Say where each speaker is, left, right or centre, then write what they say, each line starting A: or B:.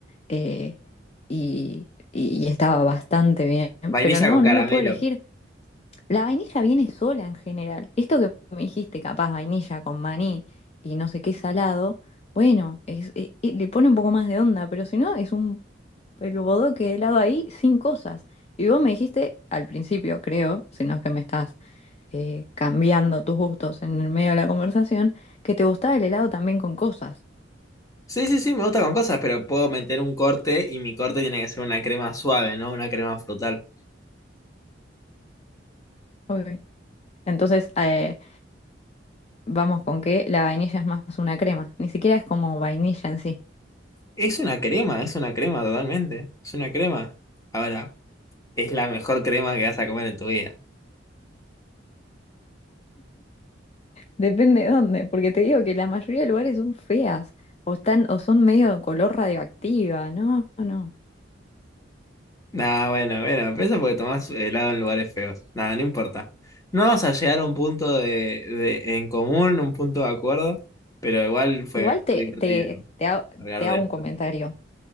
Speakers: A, on the left; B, on the left.
A: eh, y, y- y estaba bastante bien.
B: Vainilla
A: Pero no,
B: con caramelo.
A: no lo puedo elegir. La vainilla viene sola en general. Esto que me dijiste, capaz vainilla con maní y no sé qué salado, bueno, es- e- e- le pone un poco más de onda, pero si no, es un el bodoque de helado ahí sin cosas. Y vos me dijiste al principio, creo, si no es que me estás eh, cambiando tus gustos en el medio de la conversación, que te gustaba el helado también con cosas.
B: Sí, sí, sí, me gusta con cosas, pero puedo meter un corte y mi corte tiene que ser una crema suave, no una crema frutal.
A: Ok. Entonces, eh, vamos con que la vainilla es más una crema, ni siquiera es como vainilla en sí.
B: Es una crema, es una crema totalmente. Es una crema. Ahora, es la mejor crema que vas a comer en tu vida.
A: Depende de dónde, porque te digo que la mayoría de lugares son feas o están o son medio de color radioactiva, no, no. no.
B: Nah, bueno, bueno, pero eso porque tomás helado en lugares feos. Nada, no importa. No vamos a llegar a un punto de, de- en común, un punto de acuerdo, pero igual fue
A: Igual te,
B: muy divertido
A: te, te, ha-
B: hablar
A: te
B: de
A: hago
B: esto.
A: un comentario.